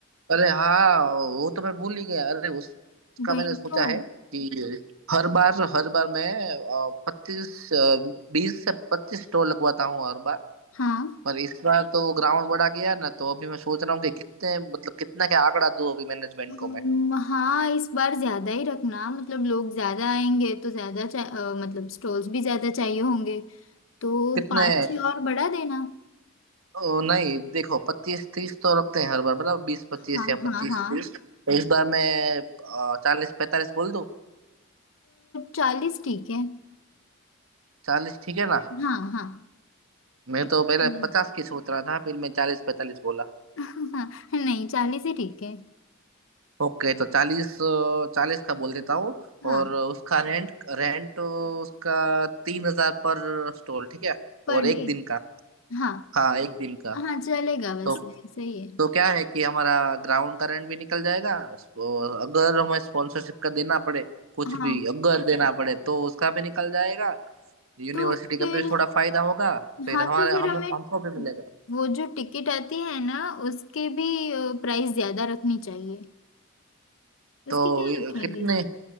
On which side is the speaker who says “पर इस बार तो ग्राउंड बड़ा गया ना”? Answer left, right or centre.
Right